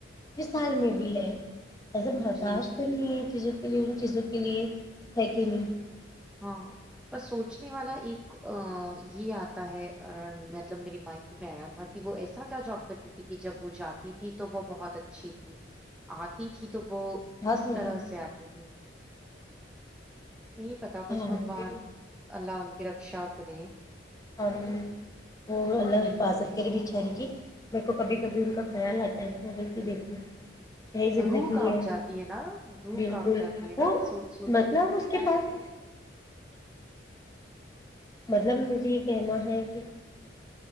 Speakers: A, on the left (about 20°); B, in the centre.
A: مثال میں بھی ہے ایس متا
B: جی
A: اس توری جیزو فلمم جیزو کے لیے تھیک ییو
B: ہاں پر سوچنے والا ایک یہ آتا ہے ا مطلب میری مائ میں تھا کہ وہ ایسا کیا جاب کرتی تھی کہ جب وہ جاتی تھی تو وہ بہت ب اچھی تھی آ ت تھی تو وہ
A: بہت
B: اس
A: ہو
B: طرح
A: رہا
B: سے آتی تھی یہ پتا بس
A: ہاں
B: بگوان اللہ ان کی رکشا اکرین
A: ہم وہ اللہ
B: ہوں
A: حفاظت کرے بیچاری کی میر کو کبھی کبھی ان کا خیال آتا ہے تو میں بلکہ دیکھوں یہی زندگی
B: رو کپ جاتی ہے نا رو
A: بالکل
B: کپ جاتی ہے
A: وہ
B: نا سوچ سوچ
A: مطلب
B: کے
A: اس پاس مطلب مجھے یہ کہنا ہے کہ